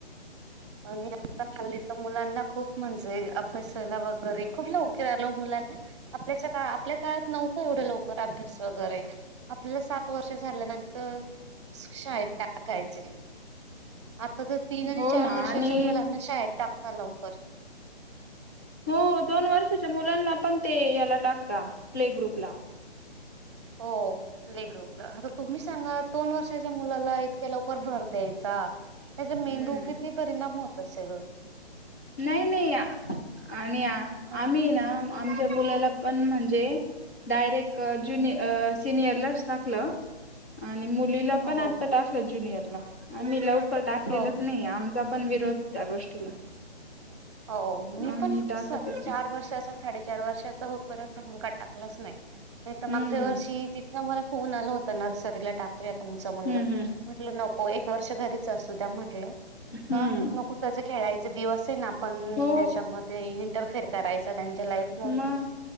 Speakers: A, on the right (about 25°); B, on the left (about 15°).
A: आणि आता हल्ली तर मुलांना खूप म्हणजे अभ्यासाला वगैरे खूप लवकर आलो मुलांना, आपल्याच्या का आपल्या काळात नव्हतं एवढं लवकर अभ्यास वगैरे आपल्याला सात वर्ष झाल्यानंतर शाळेत टाकायचे. आता तर तीन आणि
B: हो
A: चार
B: ना
A: वर्षाच्या
B: आणि
A: मुलांना शाळेत टाकतात. लवकर,
B: हो दोन वर्षाच्या मुलांना पण ते याला टाकता प्ले ग्रुपला
A: हो प्ले ग्रुपला आ तुम्ही सांगा दोन वर्षाच्या मुलाला इतक्या लवकर भर द्यायचा त्याचा
B: हम्म
A: मेंदू किती परिणाम होत असेल ओ.
B: नाही नाही आणि आम्ही
A: हं, हं,
B: ना आमच्या मुलाला पण म्हणजे डायरेक्ट
A: हं,
B: ज्यूनि
A: हं.
B: सिनियरलाच टाकलं. आणि मुलीला
A: हो
B: पण आता
A: हो
B: टाकलं ज्युनियरला आम्ही लवकर टाकलेलंच
A: हो
B: नाही आमचा पण विरोध त्या गोष्टीला
A: हो मी
B: आम्ही
A: पण
B: टाकतच
A: चार
B: नाही.
A: वर्षाचा साडेचार वर्षाचा होईपर्यंत मुलगा टाकलाच नाही. नाही तर मागच्या
B: हम्म
A: वर्षी तिथन मला फोन आला होता नर्सरीला टाक तुमचा
B: हम्म
A: मुलगा
B: हम्म
A: म्हटलं नको एक वर्ष घरीच असूद्या म्हटलं
B: हम्म
A: नको त्याचे खेळायचे दिवस आहे, ना आपण
B: हो
A: त्याच्यामध्ये इंटरफेयर करायच. त्यांच्या लाईफ मध्ये
B: मग